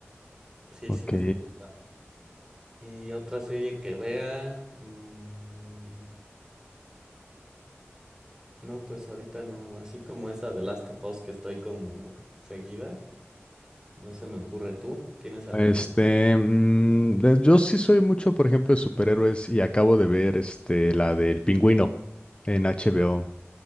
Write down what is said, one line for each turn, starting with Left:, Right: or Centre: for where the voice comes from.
Right: Sí,
Left: Ok.
Right: sí me está gustando. Y otra serie que vea, mm, no, pues ahorita no, así como esa de Last of Us que estoy como seguida, no se me ocurre tú, ¿tienes alguna?
Left: Este, mm, de- yo sí soy mucho, por ejemplo, de superhéroes y acabo de ver este, la del Pingüino en HBO